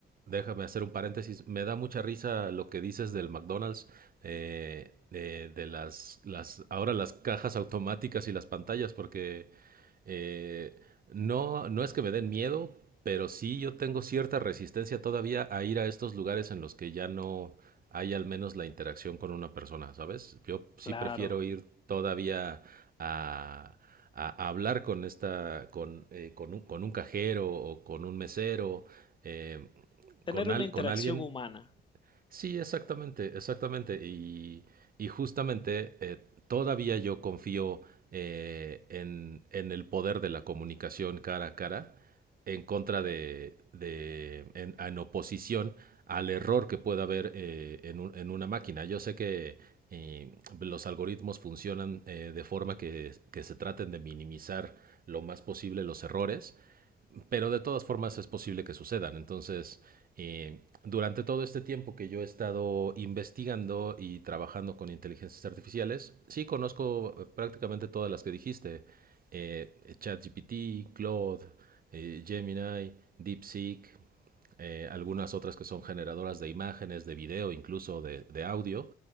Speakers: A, on the right; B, on the left.
A: déjame hacer un paréntesis. Me da mucha risa lo que dices del McDonald's, eh, eh, de las, las, ahora las cajas automáticas y las pantallas, porque eh, no, no es que me den miedo, pero sí yo tengo cierta resistencia todavía a ir a estos lugares en los que ya no hay al menos la interacción con una persona, ¿sabes? Yo sí
B: Claro,
A: prefiero ir todavía a, a- a hablar con esta, con, eh, con un, con un cajero o con un mesero. eh,
B: tener
A: con,
B: una
A: al,
B: interacción
A: con alguien.
B: humana.
A: Sí, exactamente, exactamente. Y, y justamente eh, todavía yo confío eh, en, en, el poder de la comunicación cara a cara en contra de, de en, en oposición al error que pueda haber eh, en, un- en una máquina. Yo sé que eh, los algoritmos funcionan eh, de forma que, que se traten de minimizar lo más posible los errores, pero de todas formas es posible que sucedan. Entonces, eh, durante todo este tiempo que yo he estado investigando y trabajando con inteligencias artificiales, sí conozco eh, prácticamente todas las que dijiste. Eh, ChatGPT, Claude, eh, Gemini, DeepSeek, eh, algunas otras que son generadoras de imágenes, de video, incluso de, de audio.